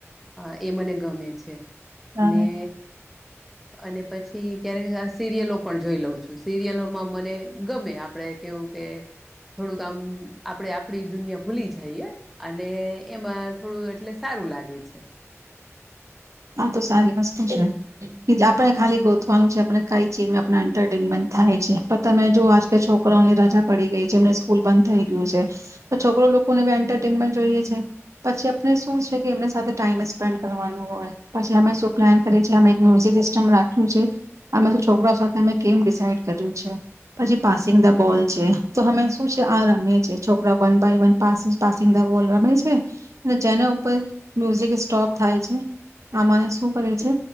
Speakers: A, in the centre; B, on the right.
A: અ એ મને ગમે છે
B: હા
A: ને અને પછી ક્યારેક સિરિયલો પણ જોઈ લઉં છું સિરિયલોમાં મને ગમે આપણેે કેવું કે થોડુંક આમ આપણે આપણી દુનિયા ભૂલી જઈએ અને એમાં થોડું એટલે સારું લાગે છે.
B: આ તો સારી વસ્તુ છે આપણે ખાલી ગોતવાનું છે આપને કઈ ચીજમાં આપ એન્ટરટેનમેન્ટ થાય છે પણ તમે જો આજ છોકરાઓની રજા પડી ગઈ છે એમને સ્કૂલ બંધ થઈ ગયું છે તો છોકરો લોકોને એન્ટરટેનમેન્ટ જોઈએ છે પછી આપને શું છે કે એમ સાથે ટાઈમ સ્પેન્ડ કરવાનું હોય. પછી અમે શું પ્લાન કરીએ છે અમે મ્યુઝિક સિસ્ટમ રાખ્યું છે અમે છોકરા સાથે અમે ગેમ ડિસાઈડ કર્યું છે પછી પાસિંગ ધ બોલ છે તો અમે શું છે આ રમે છે છોકરા one by one passing the ball રમે છે અને જેના ઉપર મ્યુઝિક સ્ટોપ થાય છે. આમાં શું કરે છે